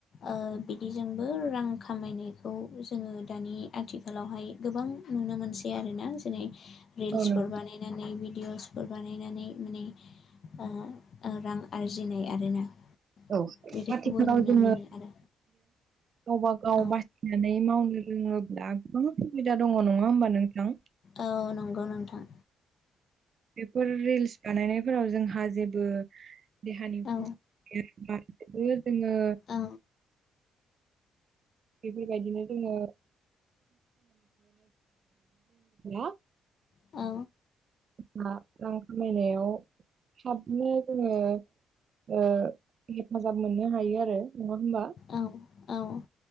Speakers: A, on the left (about 55°); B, on the right (about 50°).
A: ओ बिदि जोंबो रां खामायनाय खौ जोङो दानि आथिखालावहाय गोबां नुनो मोनसै आरोना जेरै- रिल्सफोर
B: औ नों
A: बानायनानै भि डिअ'सफोर बानायनानै माने ओ ओ रां आरजिनाय आरोना
B: औ
A: बिदिखौबो
B: जाथिफोराव
A: नुनो
B: जोङो
A: मोनो आरो
B: गावबा गाव
A: औ
B: ब नानै मावनो रोङोब्ला गोबां सुबिदा दङ नङा होमबा नोंथां।
A: औ नंगौ नोंथां।
B: बेफोर रिल्स बानायनायफोराव जोंहा जेबो देहानि
A: औ
B: खस बेदिनो जोङो।
A: औ
B: बेफोरबायदिनो जोङो <unintelligible>
A: औ
B: <unintelligible> रां खामायनायाव थाबनो जोङो ओ हेफाजाब मोननो हायो आरो नङा होमबा।
A: औ औ।